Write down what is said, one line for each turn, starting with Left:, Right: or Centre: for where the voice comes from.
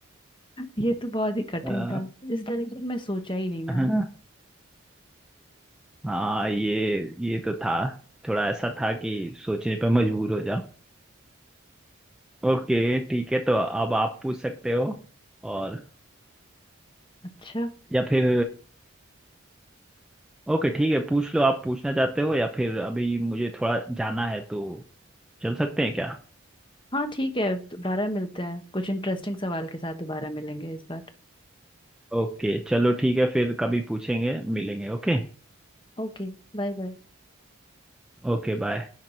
Left: ये तो बहुत ही कठिन
Centre: अ,
Left: था इस डायरेक्शन में सोचा ही नहीं मैंने
Centre: हाँ हाँ, ये ये तो था थोड़ा ऐसा था कि सोचने पे मजबूर हो जाओ ओके ठीक है तो अब आप पूछ सकते हो और
Left: अच्छा
Centre: या फिर ओके ठीक है पूछ लो आप पूछना चाहते हो या फिर अभी मुझे थोड़ा जाना है तो चल सकते हैं क्या
Left: हाँ ठीक है दोबारा मिलते हैं कुछ इंटरेस्टिंग सवाल के साथ दोबारा मिलेंगे इस बार
Centre: ओके चलो ठीक है फिर कभी पूछेंगे मिलेंगे ओके
Left: ओके Bye bye
Centre: Okay bye